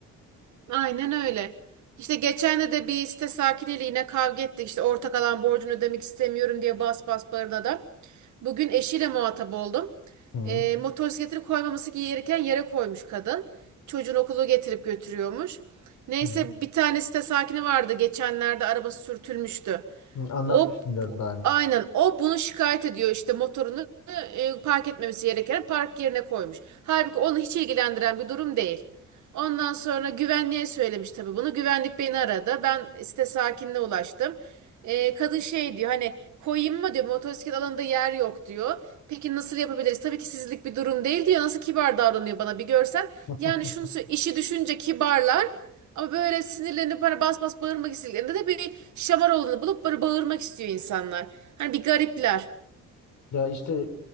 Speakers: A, on the right; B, on the left.
A: Aynen öyle. İşte geçen de bir site sakiniyle yine kavga ettik. İşte ortak alan borcunu ödemek istemiyorum diye bas bas bağıran adam. Bugün eşiyle muhatap oldum.
B: Hı,
A: E, motosikletini koymaması gereken yere koymuş kadın. Çocuğun okulu getirip götürüyormuş. Neyse
B: hı.
A: bir tane site sakini vardı. Geçenlerde arabası sürtülmüştü.
B: Hı, Anlatmıştım
A: O
B: diyorum daha önce.
A: aynen o bunu şikayet ediyor işte motorunu e, park etmemesi gereken park yerine koymuş. Halbuki onu hiç ilgilendiren bir durum değil. Ondan sonra güvenliğe söylemiş tabii bunu. Güvenlik beni aradı. Ben site sakinine ulaştım. E, kadın şey diyor hani koyayım mı diyor motosiklet alanında yer yok diyor. Peki nasıl yapabiliriz? Tabii ki sizlik bir durum değil diyor. Nasıl kibar davranıyor bana bir görsen.
B: <laughs>
A: Yani şunu sö- işi düşünce kibarlar. Ama böyle sinirlenip hani bas bas bağırmak istediklerinde de bir şamar olanı bulup böyle bağırmak istiyor insanlar. Hani bir garipler.
B: Ya işte